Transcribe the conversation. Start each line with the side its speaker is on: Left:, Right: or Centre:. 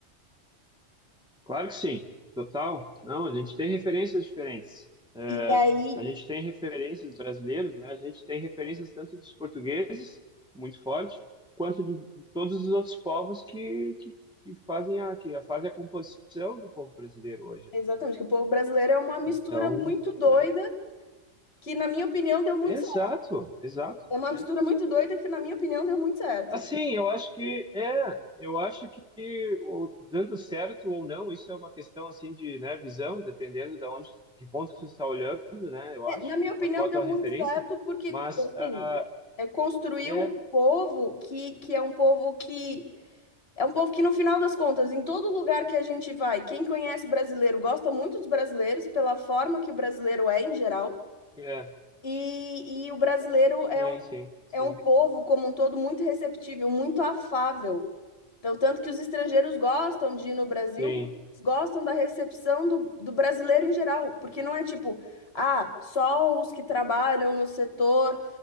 Centre: Claro que sim, total. Não, a gente tem referências diferentes. É,
Left: E aí,
Centre: a gente tem referências brasileiros, né? A gente tem referências tanto dos portugueses, muito forte, quanto de, de todos os outros povos que, que, que fazem a, que fazem a composição do povo brasileiro hoje,
Left: exatamente,
Centre: né?
Left: que o povo brasileiro é uma mistura
Centre: Então,
Left: muito doida,
Centre: né?
Left: que na minha opinião deu muito
Centre: Exato,
Left: certo.
Centre: exato.
Left: É uma
Centre: É
Left: mistura muito doida que na minha opinião deu muito certo.
Centre: Assim, eu acho que é, eu acho que o- dando certo ou não, isso é uma questão assim de, né, visão, dependendo de onde, que ponto que você está olhando, né? Eu
Left: É,
Centre: acho,
Left: na minha
Centre: de
Left: opinião
Centre: qual qual a
Left: deu
Centre: tua
Left: muito
Centre: referência,
Left: certo porque,
Centre: mas
Left: assim,
Centre: ah,
Left: é, construiu
Centre: é,
Left: um povo que, que é um povo que É um povo que, no final das contas, em todo lugar que a gente vai, quem conhece brasileiro gosta muito dos brasileiros, pela forma que o brasileiro é em geral.
Centre: é,
Left: E, e o brasileiro é
Centre: sim,
Left: um,
Centre: sim, sim,
Left: é um povo, como um todo, muito receptível, muito afável. Então, tanto que os estrangeiros gostam de ir no Brasil,
Centre: sim,
Left: eles gostam da recepção do, do brasileiro em geral, porque não é tipo, ah, só os que trabalham no setor